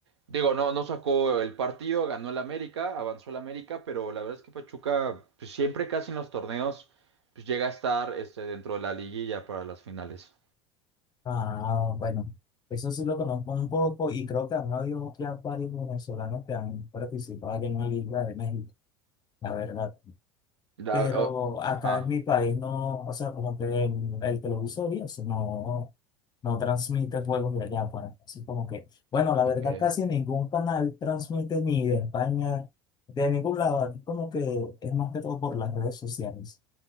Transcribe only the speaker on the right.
digo, no, no sacó el partido, ganó el América, avanzó el América, pero la verdad es que Pachuca, pues, siempre casi en los torneos, pues llega a estar este, dentro de la liguilla para las finales.
La-
o-
ajá,
ok.